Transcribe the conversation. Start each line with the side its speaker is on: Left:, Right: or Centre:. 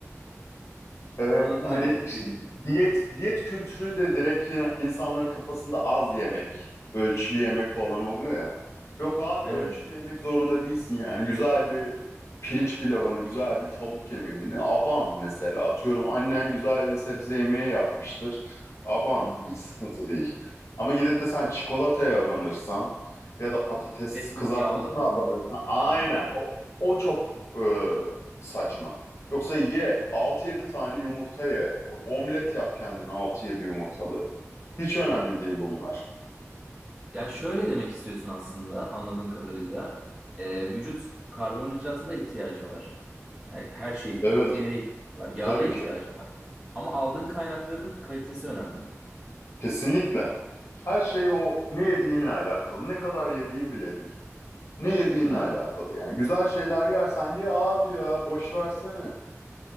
Left: Ee,
Right: Anladım
Left: hani
Right: demek istediğini.
Left: işte diyet diyet kültürü de direkt yine insanların kafasında az yemek, ölçülü yemek falan oluyor ya. Yok abi
Right: evet.
Left: ölçülü yemek zorunda değilsin yani. Güzel bir pirinç pilavını, güzel bir tavuk yemeğini, aban mesela atıyorum annen güzel bir sebze yemeği yapmıştır. Aban
Right: Hı hı.
Left: hiç sıkıntı değil. Ama gidip de sen çikolataya abanırsan ya da patates
Right: Fast
Left: kızartmasına
Right: food yağlı falan.
Left: abanırsan aynen
Right: Hmm,
Left: o o çok e, saçma. Yoksa ye altı yedi tane yumurta ye. Omlet yap kendine altı yedi yumurtalı. Hiç önemli
Right: hmm.
Left: değil bunlar.
Right: Ya şöyle demek istiyorsun aslında anladığım kadarıyla. Ee, vücut karbonhidrata da ihtiyacı var. Yani her şeye, gibi,
Left: Evet.
Right: proteine de ihtiyacı var, yağa
Left: Tabii
Right: da ihtiyacı
Left: ki.
Right: var. Ama aldığın kaynakların kalitesi önemli.
Left: Kesinlikle. Her şey o ne yediğinle alakalı. Ne kadar yediğin bile değil. Ne yediğinle
Right: Hmm.
Left: alakalı yani. Güzel şeyler yersen ye abi ya boş versene.